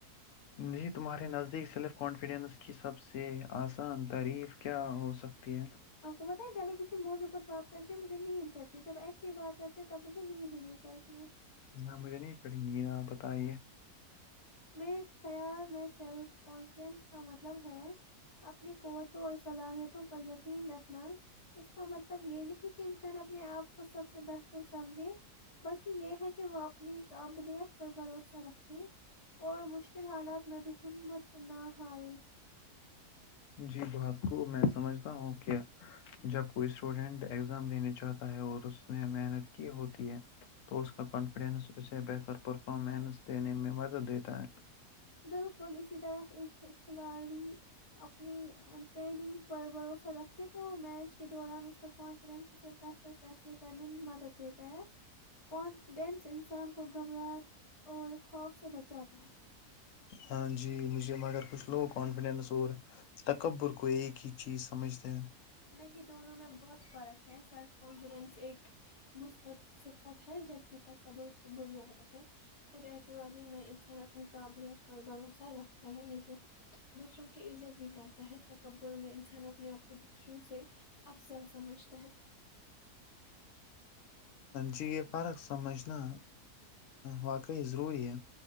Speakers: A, on the left; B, on the left.
A: جی تمہارے نزدیک سیلف کانفیڈینس کی سب سے آسان تعریف کیا ہو سکتی ہے
B: آپ کو پت ہے جب کسی موضوع پر بات کرتی مجھے نیند چڑتی جب ایسے ہی بات کرتے ہیں تب مجھے نیند ہی نہیں چڑتی ہے
A: نہ مجھے نہیں چڑھی نہیں ن آپ بتائیے
B: میرے خیال میں سیلف کانفیڈنس کا مطلب ہے اپنی قوتوں اور صلاحیتوں پر یقین رکھنا اس کا مطلب یہ نہیں کہ انسان اپنے آپ کو سب سے بہتر تو سمجھے بلکہ یہ ہے کہ وہ نیک اابلیت پر بھروسہ رکھے اور مشکل حالات میں بھی ہمت نہ ہارے
A: جی بہت خوب میں سمجھتا ہوں کہ جب کوئی اسٹوڈینٹ ایگزام دینے چاہتا ہے اور اس نے محنت کی ہوتی ہے تو اس کا کانفیڈینس اسے بہتر پرفارمنس دینے میں مدد دیتا ہے
B: بالکل اسی طرف ایک کھلاڑی اپنی ٹریننگ پر بھروسہ رکھے تو میچ کے دوران اس کا کانفیڈینس اسے بہتر فیصلے کرنے میں مدد دیتا ہے کانفیڈینس انسان کو گھبراہٹ اور خوف سے بچاتا ہے
A: ہاں جی مجھے اگر کچھ لو کانفیڈنس اور تکبر کو ایک ہی چیز سمجھتے ہیں
B: نہیں دونوں میں بہت فرق ہے سیلف کانفیڈنس ایک مثبت صفت ہے جبک تکبر بری عادت ہے خود احتمادی میں انسان اپنی قابلیت پر بھروسہ رکھتا ہے لیکن دوسروں کی عزت بھی کرتا ہے تکبر میں انسان اپنے آپ کو شروع سے افضل سمجھتا ہے
A: جی یہ فرق سمجھنا واقعی ضروری ہے